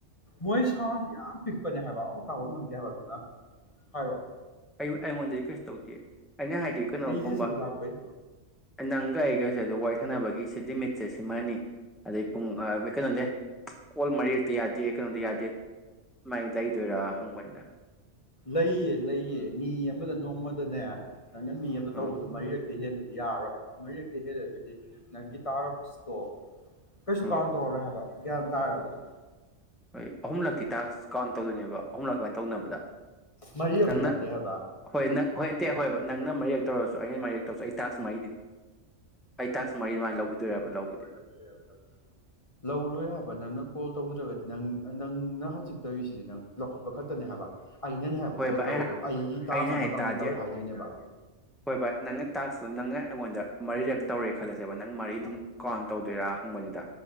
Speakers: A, on the left (about 30°); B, in the centre.
A: ꯃꯣꯏ ꯁꯥꯎꯟꯁꯤ ꯌꯥꯝ ꯄꯤꯛꯄꯅꯦ ꯍꯥꯏꯕ ꯑꯃꯨꯛ ꯇꯥꯐꯝ ꯈꯪꯗꯦ ꯍꯥꯏꯕꯗꯨꯅ ꯍꯥꯏꯔꯛꯑꯣ
B: ꯑꯩ ꯑꯩꯉꯣꯟꯗꯗꯤ ꯀꯩꯁꯨ ꯇꯧꯗꯦ ꯑꯩꯅ ꯍꯥꯏꯗꯤ ꯀꯩꯅꯣꯒꯨꯝꯕ
A: ꯑꯩ ꯖꯦ ꯁꯤ ꯕꯤ ꯂꯥꯛꯄꯩ
B: ꯅꯪ ꯀꯥꯏꯒ ꯗ ꯋꯥꯏꯊꯅꯕꯒꯤ ꯁꯤ ꯂꯤꯃꯤꯠꯁꯦ ꯁꯤꯃꯅꯤ ꯑꯗꯩ ꯄꯨꯡ ꯑ ꯀꯩꯅꯣꯗꯦ ꯀꯣꯜ ꯃꯔꯤꯔꯛꯇꯤ ꯌꯥꯗꯦ ꯀꯩꯅꯣꯗꯤ ꯌꯥꯗꯦ ꯗꯨꯃꯥꯏꯅ ꯂꯩꯗꯣꯏꯔꯥ ꯍꯪꯕꯅꯤꯅ
A: ꯂꯩꯌꯦ ꯂꯩꯌꯦ ꯃꯤ ꯑꯃꯗ ꯅꯣꯡꯃꯗꯅꯦ ꯅꯪꯅ ꯃꯤ ꯑꯃ ꯇꯧꯕꯗꯣ
B: ꯑꯥ
A: ꯃꯔꯤꯔꯛꯇꯩ ꯍꯦꯟ ꯌꯥꯔꯣꯏ ꯍꯥꯏꯕ ꯃꯔꯤ ꯔꯛꯇꯩ ꯍꯦꯜ ꯂꯩꯔꯒꯗꯤ ꯅꯪꯒꯤ ꯇꯥꯔꯛꯁꯇꯣ ꯀꯩꯁꯨ
B: ꯑꯥ
A: ꯀꯥꯎꯟ ꯇꯧꯔꯔꫭꯏ ꯍꯥꯏꯕ ꯒ꯭ꯌꯥꯟ ꯇꯥꯔꯕꯔ
B: ꯍꯣꯏ ꯑꯍꯨꯝꯂꯛꯇꯤ ꯇꯥꯛꯁ ꯀꯥꯎꯟ ꯇꯧꯗꯣꯏꯅꯦꯕ ꯑꯍꯨꯝꯂꯛ ꯑꯗꯨꯃꯥꯏꯅ ꯇꯧꯅꯕꯗ꯫
A: ꯃꯔꯤ ꯑꯃꯨꯛ
B: ꯅꯪꯅ
A: ꯌꯥꯗꯦ ꯍꯥꯏꯕ
B: ꯍꯣꯏ ꯅꯪ ꯍꯣꯏ ꯑꯇꯦ ꯍꯣꯏꯕ ꯅꯪꯅ ꯃꯔꯤꯔꯛ ꯇꯧꯔꯁꯨ ꯑꯩꯅ ꯃꯔꯤꯔꯛ ꯇꯧꯔꯁꯨ ꯑꯩ ꯇꯥꯛꯁ ꯃꯔꯤꯗꯤ ꯑꯩ ꯇꯥꯛꯁ ꯃꯔꯤ ꯑꯗꯨꯃꯥꯏꯅ ꯂꯧꯈꯤꯗꯣꯏꯔꯕ ꯂꯧꯕꯗꯤ
A: <inaudible> ꯂꯧꯔꯣꯏ ꯍꯥꯏꯕ ꯅꯪꯅ ꯀꫭ ꯇꯧꯗ꯭ꯔꯒꯗꯤ ꯅꯪ ꯅꯪꯅ ꯍꯧꯖꯤꯛ ꯇꯧꯔꯤꯁꯤꯗꯤ ꯅꯪ ꯂꯧꯈꯠꯄ ꯈꯛꯇꯅꯦ ꯍꯥꯏꯕ꯫ ꯑꯩꯅꯅꯦ ꯍꯥꯏꯕ
B: ꯍꯣꯏꯕ
A: ꯀꯣꯜ ꯇꯧꯔꯛꯏꯗꫭ
B: ꯑꯩ
A: ꯑꯩꯒꯤ ꯇꯥꯛꯁ
B: ꯑꯩꯅ
A: ꯑꯃ
B: ꯍꯥꯏ
A: ꯀꯝꯄ꯭ꯂꯤꯠ
B: ꯇꯥꯗꯦ
A: ꯇꯧꯔꯦ ꯍꯥꯏꯗꯣꯏꯅꯦꯕ <inaudible>
B: ꯍꯣꯏ ꯚꯥꯏ ꯅꯪꯅ ꯇꯥꯛꯁꯇꯨ ꯅꯪꯅ ꯑꯩꯉꯣꯟꯗ ꯃꯔꯤꯔꯛ ꯇꯧꯔꯦ ꯈꯜꯂꯁꯦꯕ ꯅꯪ ꯃꯔꯤ ꯑꯗꯨꯝ ꯀꯥꯎꯟ ꯇꯧꯗꯣꯏꯔꯥ ꯍꯪꯕꯅꯤꯗ